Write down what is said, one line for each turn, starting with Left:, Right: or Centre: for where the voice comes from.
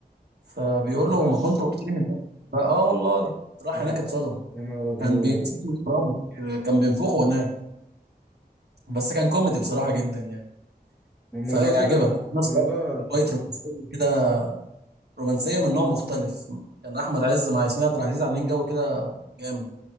Right: فبيقول
Centre: ما تهزرش
Right: له ما كنت قلت لي من الأول بقى اه والله راح
Centre: لا
Right: هناك اتصدم
Centre: يا نهار ابيض
Right: كان بيمسكه ويضربه كان بينفخه هناك بس كان كوميدي بصراحة جدا يعني
Centre: ما الموضوع
Right: فيعجبك
Centre: كده
Right: وفي نفس
Centre: الموضوع
Right: الوقت في شوية رومانسية كده رومانسية من نوع مختلف كان أحمد عز مع ياسمين عبد العزيز عاملين جو كده جامد